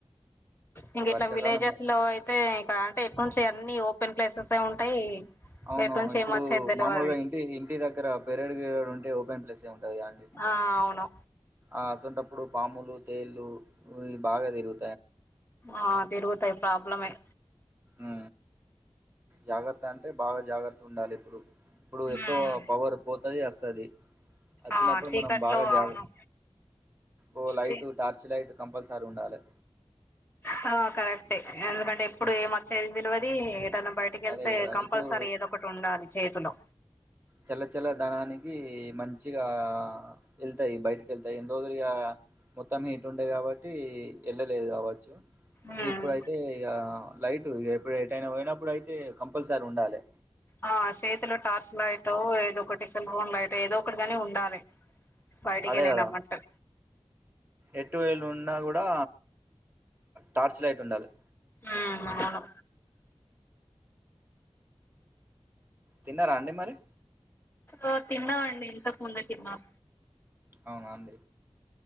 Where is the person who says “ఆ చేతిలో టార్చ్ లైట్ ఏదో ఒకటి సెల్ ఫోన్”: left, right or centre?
Left